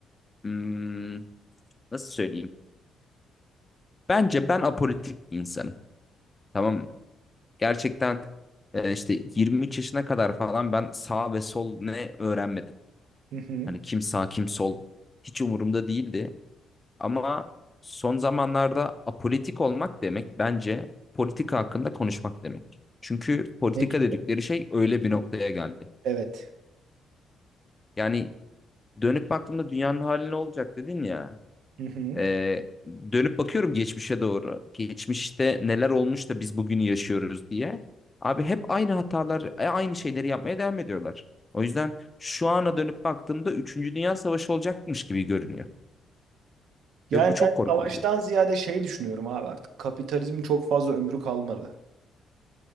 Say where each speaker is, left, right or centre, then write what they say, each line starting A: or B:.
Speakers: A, on the left (about 20°); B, on the right (about 75°).
A: hmm, nasıl söyleyeyim? Bence ben apolitik bir insanım. Tamam mı? Gerçekten e, işte 23 yaşına kadar falan ben sağ ve sol ne öğrenmedim.
B: Hı hı.
A: Hani kim sağ kim sol hiç umurumda değildi. Ama son zamanlarda apolitik olmak demek bence politika hakkında konuşmak demek. Çünkü politika
B: Mecbur.
A: dedikleri şey öyle bir noktaya geldi.
B: Evet.
A: Yani dönüp baktığımda dünyanın hali ne olacak dedin ya.
B: Hı hı.
A: Ee, dönüp bakıyorum geçmişe doğru. Geçmişte neler olmuş da biz bugünü yaşıyoruz diye. Abi hep aynı hatalar, e, aynı şeyleri yapmaya devam ediyorlar. O yüzden şu ana dönüp baktığımda üçüncü Dünya Savaşı olacakmış gibi görünüyor.
B: Yani
A: Ve bu çok
B: ben
A: korkutucu.
B: savaştan ziyade şey düşünüyorum abi artık. Kapitalizmin çok fazla ömrü kalmadı.